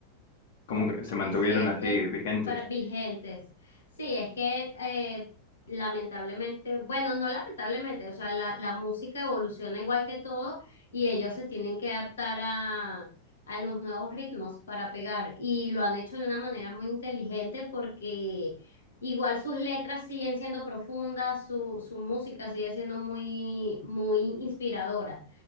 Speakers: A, on the left; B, on the left.
A: cómo que se
B: Eh,
A: mantuvieron
B: Sí, esto
A: así
B: es
A: vigentes.
B: para vigentes. Sí, es que eh, lamentablemente, bueno, no lamentablemente, o sea, la, la música evoluciona igual que todo y ellos se tienen que adaptar a, a los nuevos ritmos para pegar y lo han hecho de una manera muy inteligente porque igual sus letras siguen siendo profundas, su, su música sigue siendo muy, muy inspiradora